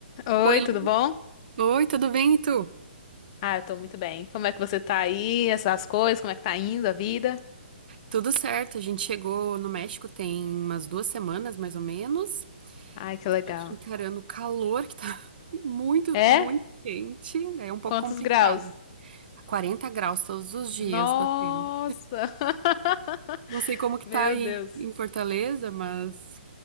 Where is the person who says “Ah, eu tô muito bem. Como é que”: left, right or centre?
Left